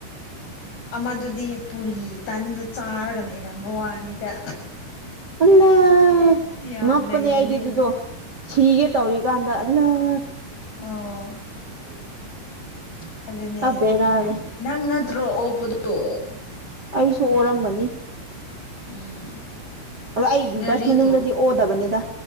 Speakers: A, on the left (about 55°); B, on the right (about 25°).
A: ꯑꯃꯗꯨꯗꯤ ꯄꯨꯔꯤ ꯇꯟꯗꯨ ꯆꯥꯔꯒ ꯂꯩꯔꯝꯕ ꯋꯥꯅꯤꯗ
B: ꯑꯂꯏ
A: ꯌꯥꯝ
B: ꯉꯛꯄꯅꯦ
A: ꯅꯩꯕꯅꯦꯅ
B: ꯑꯩꯗꯤ ꯑꯗꯨꯗꯣ ꯁꯤꯒꯦ ꯇꯧꯔꯤꯀꯥꯟꯗ ꯑꯂꯥꯏ
A: ꯑꯣ
B: <unintelligible>
A: ꯑꯗꯨꯅꯦ
B: ꯑ ꯕꯦꯔꯥꯅꯦ
A: ꯅꯪ ꯅꯠꯇ꯭ꯔꯣ ꯑꯣꯛꯄꯗꯣ
B: ꯑꯩꯁꯨ ꯑꯣꯔꯝꯒꯅꯤ
A: ꯎꯝ
B: ꯑꯗ ꯑꯩ
A: ꯒꯥꯔꯤ
B: ꯕꯁ ꯃꯅꯨꯡꯗꯗꯤ
A: ꯇꯣꯡ
B: ꯑꯣꯗꯕꯅꯦꯗ